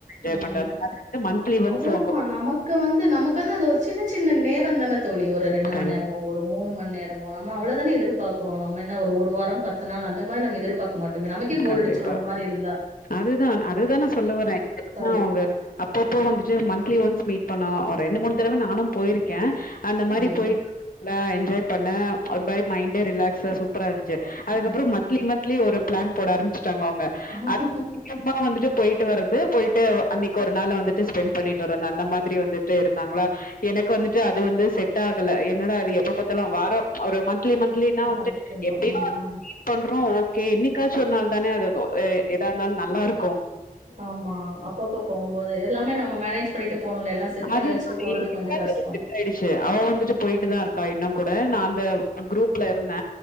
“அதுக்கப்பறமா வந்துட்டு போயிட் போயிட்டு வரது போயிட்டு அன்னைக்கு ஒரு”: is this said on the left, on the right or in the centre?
Left